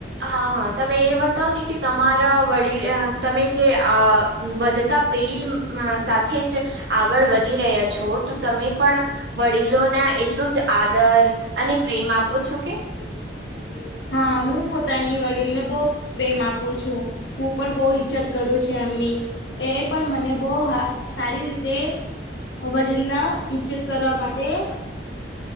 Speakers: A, on the right (about 65°); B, on the left (about 80°).
A: હા હા તમે એ બતાવો ને કે તમારા વડીલ તમે જે આ વધતા પેઢી સાથે જ આગળ વધી રહ્યા છો તો તમે પણ વડીલોને એટલું જ આદર અને પ્રેમ આપો છો કે
B: <unintelligible> હા હું પોતાની વડીલ ને બહ પ્રેમ આપું છું. હું પણ બહુ ઈજ્જત કરું છ એમની. એ પણ મને બહ સારી રીતે વડીલના ઈજ્જત કરવા માટે